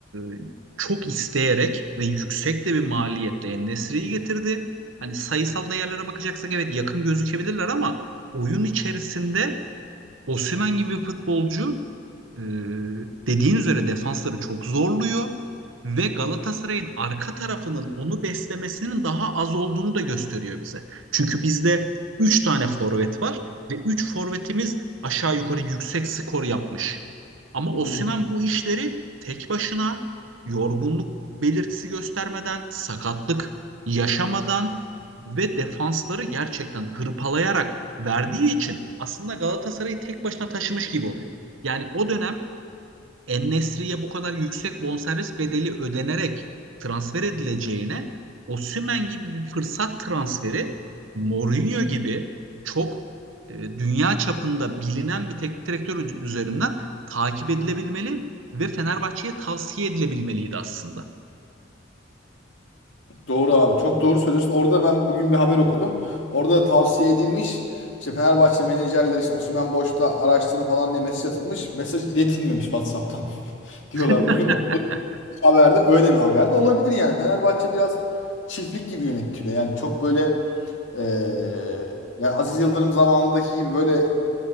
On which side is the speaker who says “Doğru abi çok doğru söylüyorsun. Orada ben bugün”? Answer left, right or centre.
Left